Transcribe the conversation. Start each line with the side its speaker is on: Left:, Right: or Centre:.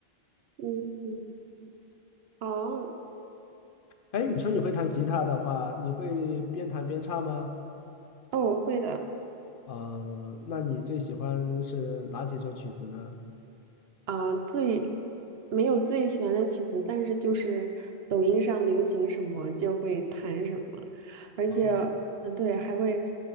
Right: 嗯，嗯，哦
Left: 哎，你说你会弹吉他的话，你会边弹边唱吗？
Right: 哦，我会的
Left: 啊，那你最喜欢是哪几首曲子呢？
Right: 啊，最没有最喜欢的曲子，但是就是抖音上流行什么就会弹什么，而且
Left: 啊，
Right: 嗯对，还会